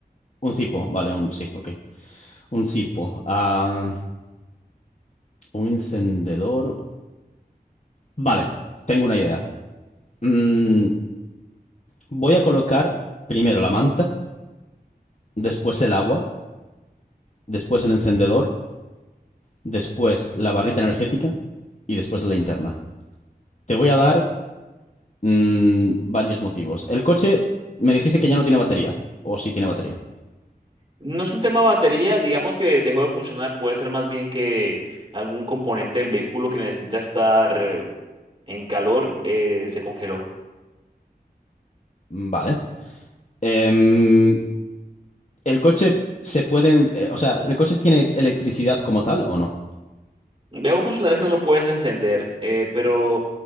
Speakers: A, on the left (about 45°); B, on the right (about 30°).
A: un cipo, vale, un, sí, ok. Un cipo. Ah, un encendedor. Vale, tengo una idea. Mm, voy a colocar primero la manta, después el agua después el encendedor, después la barrita energética y después la linterna. Te voy a dar mm, varios motivos. El coche, me dijiste que ya no tiene batería, o sí tiene batería.
B: No es un tema batería, digamos que dejó de funcionar, puede ser más bien que algún componente del vehículo que necesita estar eh, en calor eh, se congeló.
A: Mm, Vale. Em, el coche se puede, eh, o sea, ¿el coche tiene electricidad como tal o no?
B: El viejo funcional es que no lo puedes encender, eh, pero